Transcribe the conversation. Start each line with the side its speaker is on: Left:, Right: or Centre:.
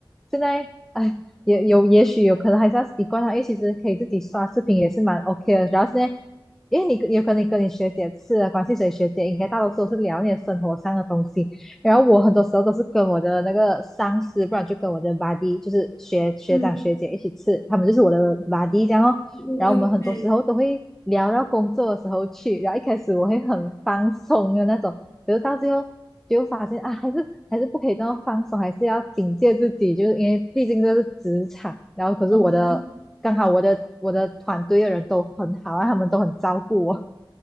Centre: 现在，哎，也有，也许有可能还是要习惯它，因为其实可以自己刷视频也是蛮 OK 的。主要是在，因为你有可能你跟你学姐吃的关系，所以学姐应该大多数都是聊你的生活上的东西。然后我很多时候都是跟我的那个上司，不然就跟我的 b u d y 就是学学长学姐一起吃，
Left: 嗯
Centre: 他们就是我的 b u d y 这样哦。
Left: 嗯嗯，
Centre: 然后我们很多时候都会聊到工作的时候去，
Left: 对，
Centre: 然后一开始我会很放松的那种，可是到最后就发现啊，还是还是不可以这么放松，还是要警戒自己，就是因为毕竟这是职场。然后可是我的刚好我的我的团队的人都很好啊，
Left: 嗯，
Centre: 他们都很照顾我，